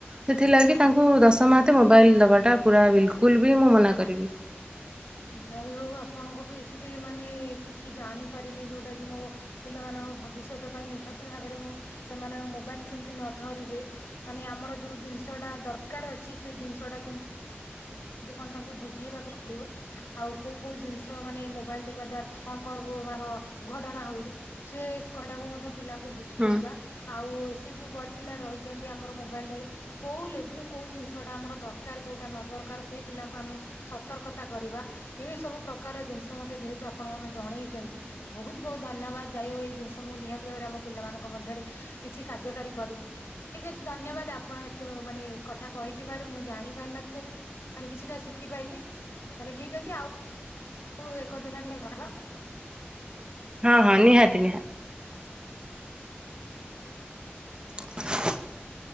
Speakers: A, on the right (about 20°); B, on the left (about 80°).
A: ସେଥିଲାଗି ତାଙ୍କୁ, ଦଶ ମାହତେ ମୋବାଇଲ ଦବାଟା ପୁରା ବିଲକୁଲ ବି ମୁଁ ମନା କରିବି।
B: ଯାଇ ହଉ ଆପଣଙ୍କଠୁ, ଏତେ ମାନେ ମାନେ କିଛି ଜାଣିପାରିଲି। ଯୋଉଟାକି ମୋ ପିଲାମାନଙ୍କ ଭବିଷ୍ୟତ ପାଇଁ ନିହାତି ଭାବରେ, ମୁଁ ସେମାନଙ୍କ ମୋବାଇଲ କେମିତି ନ ଧରିବେ ।ମାନେ ଆମର ଯୋଉ ଜିନିଷଟା ଦରକାର ଅଛି, ସେ ଜିନିଷଟା କେମିତି କେମିତି କଣ ତାଙ୍କୁ ବୁଝେଇବାକୁ ପଡିବ। ଆଉ କୋଉ କୋଉ ଜିନିଷ, ମାନେ ମୋବାଇଲ ଦେଖିବା ଦ୍ଵାରା କଣ କଣ ସବୁ ମର ଘଟଣା ହଉଛି ସେ <unintelligible> ମଧ୍ୟ ପିଲାଙ୍କୁ ବୁଝେଇବା
A: ହୁଁ
B: ।ଆଉ ସେ ଯୋଉ ବ ପିଲା ରହିଛନ୍ତି ଆମର ମୋବାଇଲ ଧରି । କୋଉ ଲେବୁଲ କୋଉ ଜିନିଷଟା ଆମର ଦରକାର, କୋଉଟା ନ ଦରକାର ଦରକାର ସେଇ ପିଲାଙ୍କୁ ଆମେ ସତର୍କତା କରିବା। ଏଇ ସବୁ ପ୍ରକାର ଜିନିଷ ମୋତେ ଯେହେତୁ ଆପଣ ମାନେ ଜଣେଇ ଛନ୍ତି ବହୁତ ବହୁତ ଧନ୍ୟବାଦ। ଯାଇ ହଉ ଏଇ ଜିନିଷ, ମୁଁ ନିହାତି ଭାବରେ, ଆମ ପିଲାମାନଙ୍କ ମଧ୍ୟରେ କିଛି କାର୍ଯ୍ୟକାରୀ କରିବି। ଠିକ୍ ଅଛି, ଧନ୍ୟବାଦ ଆପଣ ଏତେ ଏ ମାନେ କଥା କହିଥିବାରୁ। ମୁଁ ଜାଣିପାରିନଥିବାରୁ ମାନେ କିଛିଟା ଶିଖିପାରିଲିି ।ତାହେଲେ ଠିକ ଅଛି ଆଉ ହଉ ଏକ ଦିନ ଟିକେ ହବା ହଉ।
A: ହଁ ହଁ ନିହାତି, ନିହାତି। <inaudible>